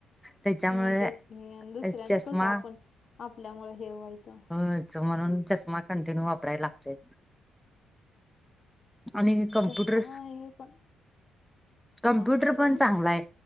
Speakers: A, in the centre; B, on the left (about 50°).
A: त्याच्यामुळे
B: अं तेच दुसऱ्यांचं
A: चष्मा
B: कसं, आपण आपल्यामुळे हे व्हायचं.
A: अ म्हणून चष्मा कंटिन्यू वापरायला लागतय. आणि कम्प्युटर
B: चष्मा आहे पण
A: कम्प्युटर
B: हा काय झालं
A: पण चांगला आहे.